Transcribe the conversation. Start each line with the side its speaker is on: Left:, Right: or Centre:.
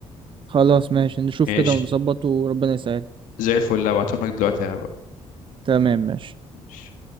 Right: خلاص ماشي نشوف
Left: ماشي
Right: كده ونظبط وربنا يسهل
Left: زي الفل هبعتهم لك دلوقتي انا بقى
Right: تمام ماشي
Left: ماشي.